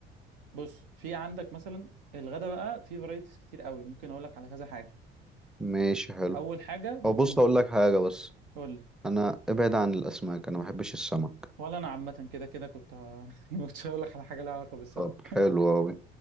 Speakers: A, on the right; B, in the centre.
A: بص في عندك مثلا الغدا بقى في فرايتيز كتير قوي ممكن اقول لك على كذا حاجه
B: ماشي حلو
A: اول حاجه ممكن
B: او بص اقول لك حاجة بس
A: تقول لي
B: انا ابعد عن الاسماك انا ما بحبش السمك
A: ولا انا عامه كده كده كنت ه- <laughs> كنت هقول لك على حاجه لها علاقه بالسمك
B: طب حلو
A: <laughs>
B: اوي